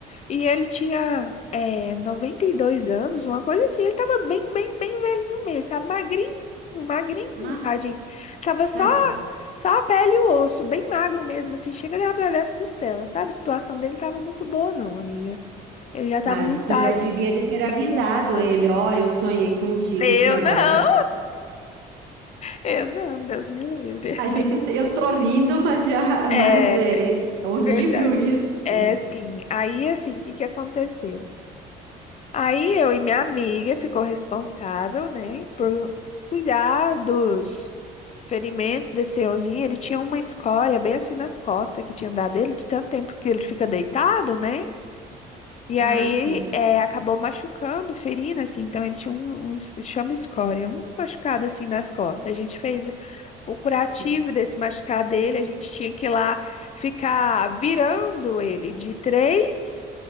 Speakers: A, on the left; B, on the right.
A: E ele tinha é, 92 anos, uma coisa assim. Ele tava bem, bem, bem velhinho mesmo, sabe? Magrinho, magrinho,
B: Ah,
A: tadinho. Tava só,
B: tadinho.
A: só a pele e o osso, bem magro mesmo, assim. Chega dava pra ver as costelas, sabe? A situação dele não tava muito boa, não, amiga. Ele já tava
B: Mas
A: num estado.
B: tu já devia de ter avisado
A: debilitado.
B: ele, ó, eu sonhei contigo,
A: Eu
B: o senhor
A: não,
B: vai morrer.
A: eu não, Deus me livre.
B: A gente, te- eu tô rindo, mas já,
A: É
B: mas é, é horrível
A: verdade.
B: isso,
A: É,
B: gente.
A: sim. Aí, assim, o que que aconteceu? Aí eu e minha amiga ficou responsável, né, por cuidar dos ferimentos desse senhorzinho. Ele tinha uma escória bem assim nas costas que tinha dado ele de tanto tempo que ele fica deitado, né? E
B: Ah,
A: aí
B: sim,
A: é, acabou machucando, ferindo, assim. Então ele tinha um, um es- chama escória, um machucado assim nas costas. A gente fez o curativo
B: sim.
A: desse machucado dele. A gente tinha que ir lá ficar virando ele de três.